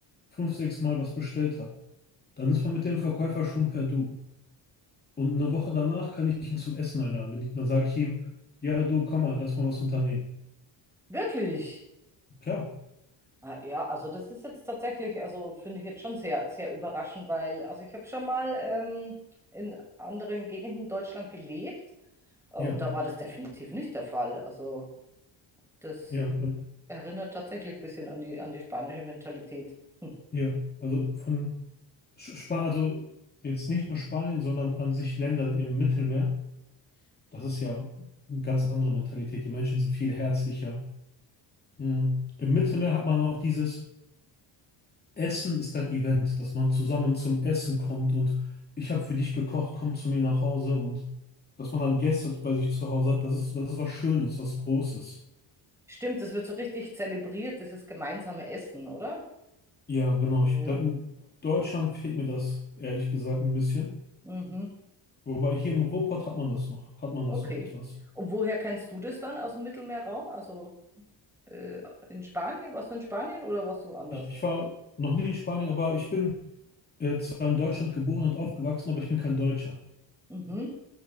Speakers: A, on the left; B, in the centre.
A: fünf, sechs Mal was bestellt habe, Dann ist man mit dem Verkäufer schon per Du. Und eine Woche danach kann ich ihn zum Essen einladen. Wenn ich, dann sage ich ihm, ja, du, komm mal, lass mal was unternehmen.
B: Wirklich?
A: Klar,
B: Ah, Ja, also das ist jetzt tatsächlich, also finde ich jetzt schon sehr, sehr überraschend, weil, also ich habe schon mal ähm, in anderen Gegenden Deutschland gelebt äh,
A: ja,
B: und da war das definitiv nicht der Fall. Also das
A: ja, äh,
B: erinnert tatsächlich ein bisschen an die, an die spanische Mentalität. <laughs> Hm.
A: ja. Also von Sch- Spa, also jetzt nicht nur Spanien, sondern an sich Länder im Mittelmeer. Das ist ja eine ganz andere Mentalität. Die Menschen sind viel herzlicher. Mhm. Im Mittelmeer hat man auch dieses. Essen ist ein Event, dass man zusammen zum Essen kommt und ich habe für dich gekocht, komm zu mir nach Hause und dass man dann Gäste bei sich zu Hause hat, das ist, das ist was Schönes, was Großes.
B: Stimmt, das wird so richtig zelebriert, dieses gemeinsame Essen, oder?
A: Ja, genau. Ich,
B: Ja.
A: da, in Deutschland fehlt mir das, ehrlich gesagt, ein bisschen.
B: Mhm.
A: Wobei hier im Ruhrpott hat man das noch, hat man
B: Okay.
A: das noch etwas.
B: Und woher kennst du das dann aus dem Mittelmeerraum? Also äh, in Spanien? Warst du in Spanien oder warst du woanders?
A: Ich, ich war noch nie in Spanien, aber ich bin äh, zwar in Deutschland geboren und aufgewachsen, aber ich bin kein Deutscher.
B: Mhm.